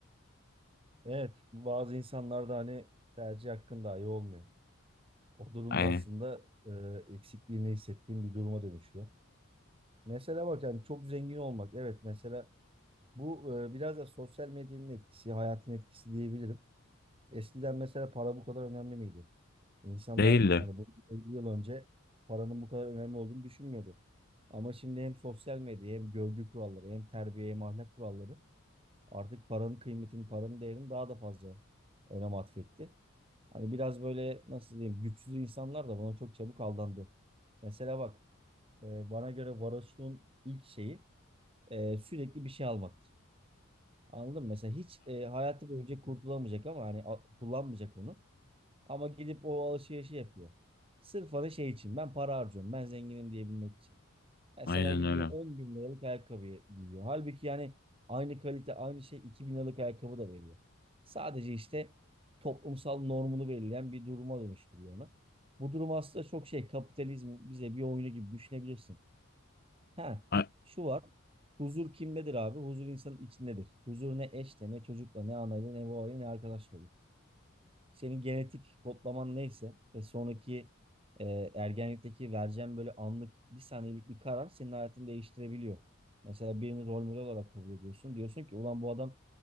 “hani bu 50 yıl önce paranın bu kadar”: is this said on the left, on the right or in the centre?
Right